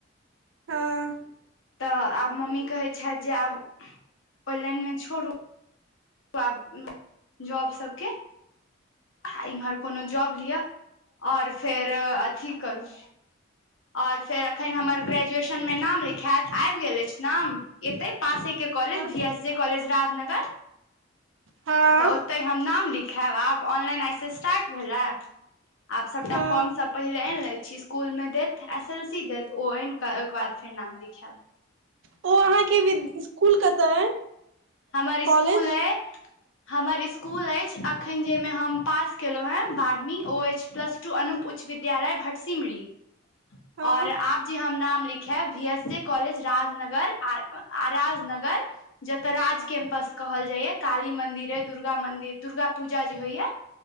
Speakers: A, on the right (about 70°); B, on the left (about 75°).
A: हँ
B: तऽ आब मम्मी कहैत छथि जे आब ओहि लाइनमे छोड़ू ब जॉब सबके आ इम्हर कोनो जॉब लिअ आओर फेर अथी करू आओर फेर एखन हमर ग्रेजुएशन मे नाम लिखायत आबि गेल अछि नाम एतै पासे के कलेज
A: हँ
B: भी एस जी कलेज राजनगर
A: हँ
B: तऽ ओते हम नाम लिखायब आब ऑनलाइन आइस स्टार्ट भेलै आब सबटा
A: हँ
B: फॉर्म सब पहिले आनि ले छी स्कूल मे देत एस एल सी देत ओ आनि क ओकर बाद फेर नाम लिखाएब
A: ओ अहाँके विद इसकुल कतऽ अइ
B: हमर
A: कॉलेज
B: स्कूल अइ हमर स्कुल अइछि अखैन जहिमे हम पास केलहुँ हेँ बारहवीं ओ अछि प्लस टू अनुप उच्च विद्यालय भटसिमरी
A: हँ
B: आओर आप जे हम नाम लिखैब भी एस जे कॉलेज राजनगर आ राजनगर ज तऽ राज कैंपस कहल जाइया काली मंदिर ऐ दुर्गा मंदिर दुर्गा पूजा जे होइया